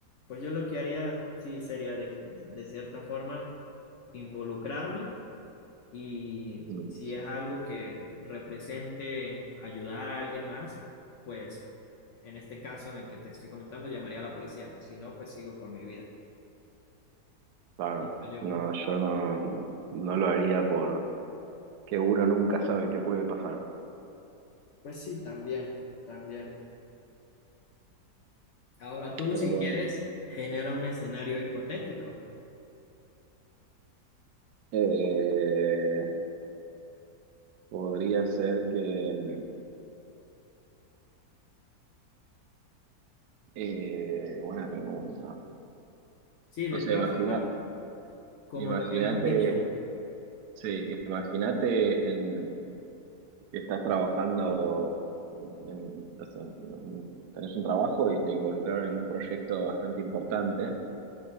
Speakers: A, on the left; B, on the right.
A: pues yo lo que haría, sí, sería de, de cierta forma involucrarme y
B: Mm,
A: si es algo que represente ayudar a alguien más, pues en este caso en el que te estoy comentando, llamaría a la policía. Si no, pues sigo con mi vida,
B: Claro.
A: pienso yo.
B: No, yo no, no lo haría por que uno nunca sabe qué puede pasar.
A: Pues sí, también, también. Ahora tú,
B: Pero
A: si
B: bueno.
A: quieres, genera un escenario hipotético.
B: Eh, podría ser que mm, eh, buena pregunta.
A: Sí, de
B: No
A: todas
B: sé, imagina,
A: formas, como
B: imagínate,
A: lo habíamos dicho.
B: sí, imagínate en que estás trabajando, en, en- o sea, en- tenés un trabajo y te involucraron en un proyecto bastante importante